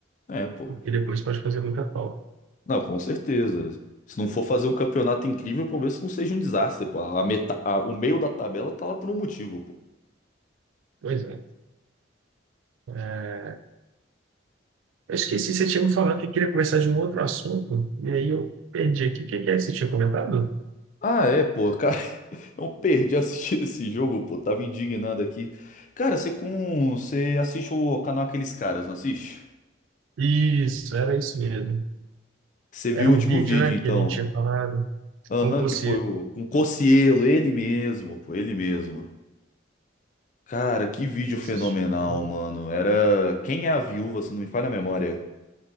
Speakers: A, on the left; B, on the right.
A: é, pô.
B: porque depois pode fazer muita falta.
A: Não, com certeza. Se não for fazer um campeonato incrível, pelo menos que não seja um desastre, pô. A meta, a- o meio da tabela tá lá por um motivo, pô.
B: Pois é. é, Eu esqueci, você tinha me falado que queria conversar de um outro assunto, e aí eu perdi aqui. O que que é que você tinha comentado?
A: Ah, é, pô. Eu perdi <laughs> assistir esse jogo, pô. Tava indignado aqui. Cara, você com. Você assiste o canal Aqueles Caras, não assiste?
B: Isso, era isso mesmo.
A: Você viu
B: Era
A: o
B: um
A: último
B: vídeo,
A: vídeo,
B: né,
A: então?
B: que a gente tinha falado,
A: Aham,
B: concurseiro,
A: que foi o. Com o Cocielo, ele mesmo, pô, ele mesmo. Cara, que vídeo
B: eu
A: fenomenal,
B: assisti, né?
A: mano. Era. Quem é a viúva, se não me falha a memória?